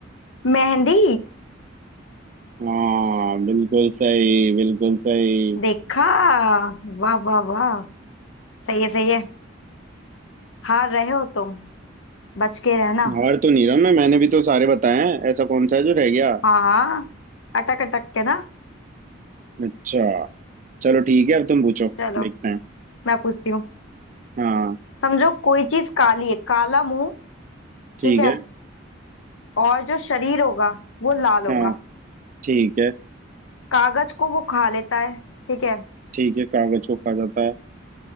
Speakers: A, on the left; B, on the right.
A: मेहंदी
B: हाँ बिल्कुल सही बिल्कुल सही
A: देखा वाह वाह वाह सही है सही है हार रहे हो तुम बच के रहना
B: हार तो नहीं रहा मैं मैंने भी तो सारे बताए हैं ऐसा कौन सा है जो रह गया
A: हाँ हाँ अटक अटक के ना
B: अच्छा चलो ठीक है अब तुम पूछो
A: चलो
B: देखते हैं
A: मैं पूछती हूँ
B: हाँ
A: समझो कोई चीज काली है काला मुंह
B: ठीक
A: ठीक है
B: है
A: और जो शरीर होगा वो लाल होगा
B: हाँ ठीक है
A: कागज को वो खा लेता है ठीक है
B: ठीक है कागज को खा जाता है